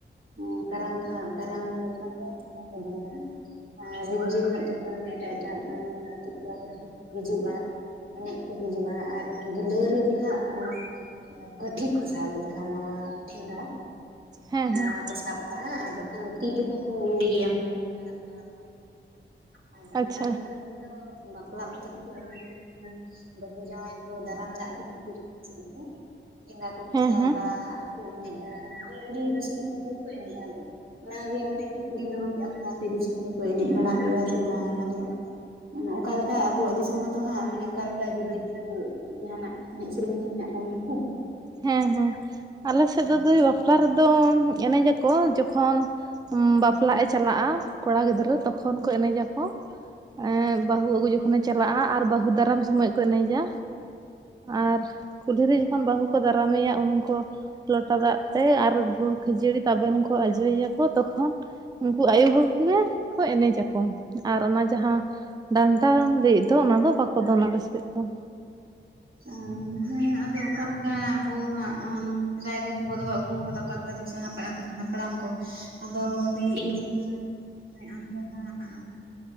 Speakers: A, on the right; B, on the right.
A: ᱠᱟᱨᱟᱢ ᱫᱚ ᱦᱟᱸᱜ <unintelligible> ᱟᱨ ᱨᱤᱸᱡᱟᱹ ᱦᱟᱸᱜ ᱛᱚᱠᱷᱚᱱ ᱮᱴᱟᱜ ᱮᱴᱟᱜ ᱟᱛᱩ ᱴᱚᱞᱟ ᱠᱚᱨᱮ ᱠᱷᱚᱱ ᱠᱚ ᱦᱤᱡᱩᱜᱼᱟ᱾ ᱮᱱᱮᱡ ᱠᱚ ᱦᱤᱡᱩᱜᱼᱟ ᱟᱨ ᱚᱱᱟ ᱜᱤᱞᱣᱟᱹᱨᱤ ᱫᱚ ᱦᱟᱸᱜ ᱚᱱᱟ ᱠᱟᱹᱴᱷᱤ ᱠᱚ ᱥᱟᱵᱟ ᱡᱟᱸᱦᱟᱱᱟᱜ ᱴᱷᱮᱸᱜᱟ᱾
B: ᱦᱮᱸ
A: ᱚᱱᱟ
B: ᱦᱮᱸ
A: ᱠᱚ ᱥᱟᱵ ᱠᱟᱜᱼᱟ ᱟᱨ ᱵᱟᱠᱷᱟᱱ ᱛᱤ ᱛᱮᱦᱚᱸ ᱠᱚ ᱤᱭᱟᱹᱭ ᱜᱮᱭᱟ <unintelligible> ᱴᱷᱟᱲᱟᱵ ᱴᱷᱟᱲᱟᱵ ᱟᱨ ᱰᱟᱱᱴᱟ
B: ᱟᱪᱪᱷᱟ
A: ᱨᱮᱱᱟᱜ ᱫᱚ ᱵᱟᱯᱞᱟᱜ ᱚᱠᱛᱚ ᱨᱮᱠᱚ ᱮᱱᱮᱡ-ᱟ ᱵᱟᱹᱦᱩ ᱡᱟᱶᱟᱭ ᱠᱚ ᱫᱟᱨᱟᱢ ᱫᱟᱜ ᱜᱮᱭᱟ ᱩᱱᱠᱩ ᱥᱮᱫ ᱫᱚ ᱴᱷᱮᱸᱜᱟ ᱠᱚᱠᱚ
B: ᱦᱮᱸ
A: ᱥᱟᱵᱟ
B: ᱦᱮᱸ
A: ᱟᱨ ᱠᱚ ᱮᱱᱮᱡᱼᱟ ᱟᱹᱰᱤ ᱨᱟᱹᱥᱠᱟᱹ ᱨᱮᱱᱟᱜ ᱜᱮᱠᱚ ᱮᱱᱮᱡᱼᱟ ᱟᱫᱚ ᱚᱱᱟᱜᱮ ᱢᱟᱱᱮ ᱠᱩᱠᱞᱤᱧ ᱫᱚᱦᱚ ᱠᱮᱫᱼᱟ ᱢᱟᱱᱮ ᱟᱯᱮ ᱫᱤᱥᱚᱢ ᱫᱚᱠᱚ ᱮᱱᱮᱡ ᱜᱮᱭᱟ ᱥᱮ ᱵᱟᱝ ᱟᱫᱚ? ᱚᱠᱟ ᱞᱮᱠᱟ ᱟᱵᱚᱣᱟᱜ ᱫᱤᱥᱚᱢ ᱢᱟᱛᱚ ᱦᱟᱸᱜ ᱢᱟᱱᱮ ᱚᱠᱟ ᱞᱮᱠᱟ ᱡᱩᱫᱟᱹ ᱡᱩᱫᱟᱹ ᱡᱟᱸᱦᱟᱱᱟᱜ ᱮᱱᱮᱡ ᱥᱮᱨᱮᱧ ᱠᱚ ᱦᱮᱱᱟᱜ ᱛᱟᱵᱚᱱᱟ ᱛᱚ᱾
B: ᱦᱮᱸ ᱦᱮᱸ, ᱟᱞᱮ ᱥᱮᱫ ᱫᱚ ᱫᱟᱹᱭ ᱵᱟᱯᱞᱟ ᱨᱮᱫᱚ ᱮᱱᱮᱡ ᱟᱠᱚ ᱡᱚᱠᱷᱚᱱ ᱵᱟᱯᱞᱟᱜ ᱮ ᱪᱟᱞᱟᱜᱼᱟ ᱠᱚᱲᱟ ᱜᱤᱫᱽᱨᱟᱹ ᱛᱚᱠᱷᱚᱱ ᱠᱚ ᱮᱱᱮᱡᱟᱠᱚ᱾ ᱮᱻ ᱵᱟᱹᱦᱩ ᱟᱹᱜᱩ ᱡᱚᱠᱷᱚᱱᱮ ᱪᱟᱞᱟᱜᱼᱟ ᱟᱨ ᱵᱟᱹᱦᱩ ᱫᱟᱨᱟᱢ ᱥᱚᱢᱚᱭ ᱠᱚ ᱮᱱᱮᱡᱟ᱾ ᱟᱨ ᱠᱩᱞᱦᱤ ᱡᱚᱠᱷᱚᱱ ᱵᱟᱹᱦᱩ ᱠᱚ ᱫᱟᱨᱟᱢᱮᱭᱟ ᱩᱱᱠᱚ ᱞᱚᱴᱟ ᱫᱟᱜ ᱛᱮ, ᱟᱨ ᱜᱩᱲ ᱠᱷᱟᱹᱡᱟᱹᱲᱤ ᱛᱟᱵᱮᱱ ᱠᱚ ᱟᱡᱚ ᱭᱮᱭᱟᱠᱚ᱾ ᱛᱚᱠᱷᱚᱱ ᱩᱱᱠᱩ ᱟᱭᱳ ᱦᱚᱲ ᱠᱚᱜᱮ ᱠᱚ ᱮᱱᱮᱡ ᱟᱠᱚ, ᱟᱨ ᱚᱱᱟ ᱡᱟᱸᱦᱟ ᱰᱟᱱᱴᱟᱢ ᱞᱟᱹᱭᱮᱫ ᱫᱚ ᱚᱱᱟ ᱫᱚ ᱵᱟᱠᱚ ᱫᱚᱱᱟ ᱟᱞᱮ ᱥᱮᱫ ᱫᱚ᱾
A: ᱩᱸ ᱦᱩᱸ ᱦᱮᱸ ᱟᱫᱚ ᱚᱠᱟᱞᱮᱠᱟ ᱟᱵᱚ ᱦᱟᱸᱜ ᱨᱟᱭ ᱨᱤᱛ ᱵᱚ ᱫᱚᱦᱚ ᱟᱹᱜᱩ ᱟᱠᱟᱫᱟ ᱚᱠᱟᱞᱮᱠᱟ ᱫᱤᱥᱚ ᱦᱟᱸᱜ ᱦᱟᱯᱲᱟ ᱵᱚᱱ ᱦᱟᱯᱲᱟᱢ ᱠᱚ᱾ ᱟᱫᱚ ᱞᱟᱹᱭ ᱮᱜ ᱟᱹᱧ ᱡᱮ ᱢᱟᱹᱭ ᱟᱢ ᱫᱚ ᱦᱟᱸᱜ <inaudible>